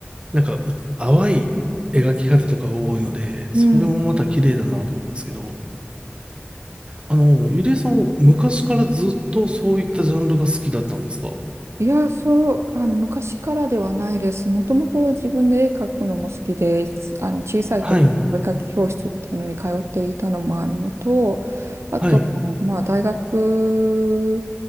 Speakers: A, on the right (about 25°); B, on the right (about 80°).
A: なんかう、淡い描き方とかが多いので、
B: うん。
A: それもまた綺麗だなと思うんですけど、あの、ゆりえさん、昔からずっとそういったジャンルが好きだったんですか
B: いや、そう、あの、昔からではないです。もともと自分で絵描くのも好きで、いつあの、小さい時、
A: はい、
B: お絵描き教室っていうのに通っていたのもあるのと、あと、
A: はい、
B: まあ、大学、